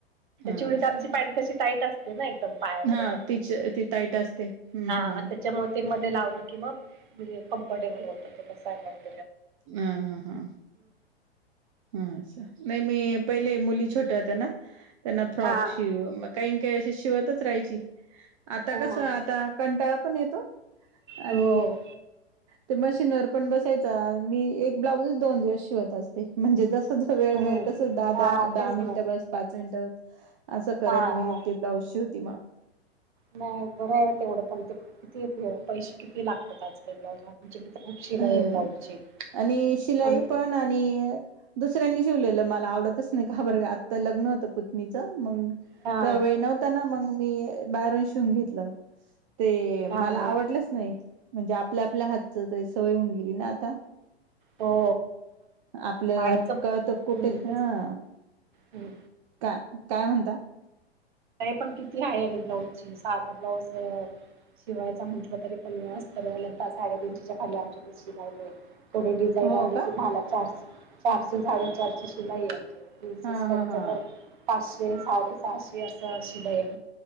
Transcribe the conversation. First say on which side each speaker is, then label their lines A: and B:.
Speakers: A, on the right; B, on the right.
A: हा
B: चुडीदारची
A: असं.
B: पँट अशी टाईट असते ना एकदम पायात
A: हा तिच ती टाईट असते हम्म
B: हा
A: हम्म
B: ह त्याच्यामुळ मती मध्ये लावलं कि म म्हजे कम्फर्टेबल होतं ते बय
A: ह हा हा हा नाही मी पहिले मुली छोट त्यांना फ्रॉक
B: हा
A: शिव का काही अ शिवतच राहाची आता
B: हा
A: कसं आता कंटाळा पण येतो.
B: हो.
A: आणि ते मशीनवर पण बसायच मी एक ब्लाउजच दोन दिवस शिवत असते म्हणजे जसं वेळ
B: हम्म
A: मिळेल तसं दा
B: हा
A: दहा
B: तेच
A: दहा
B: ना
A: मिनिट बस पाच मिनिट बस असं करत
B: हा
A: मी
B: हा
A: ते ब्लाऊज शेवती मग
B: नाही बरं आहे ना तेवढं पण ते किती पैसे किती लागतात आजकाल ब्लाउज तर खूप शिलाई
A: हम्म
B: आहे ब्लाउजची
A: आणि शिलाई
B: आम
A: पण आणि दु दुसऱ्यांनी शिवलेलं मला आवडतंच नाही का बर आत्ता लग्न होतं पुत्नीचं मग
B: हा
A: त्या वेळ नव्हता ना मग मी बाहेरून शिवून घेतलं ते
B: हा हा
A: मला आवडलंच नाही म्हणजे आपल्या आपल्या हातचं सवय होऊन गेली ना आता
B: हो
A: आपल्याला
B: बाहेरच हम्म
A: कळतं कुठे हं
B: तेच हम्म
A: का काय म्हणता?
B: पण किती आहे आ ब्लाऊज ची साधा ब्लाऊज शिवायचा म्हटलं तरी पण अस्तर वालं ता साडे तीनशेच्या खाली आमच्याकडे शिलावले थोडी डिझाईन
A: हो
B: आले
A: का
B: की झाला. चारश चारशे साडेचारशे शिलाई आमक प्रिंसेस
A: हा हा
B: कटचं
A: हा
B: तर पाचशे साडेसहाशे असं शिलाइयं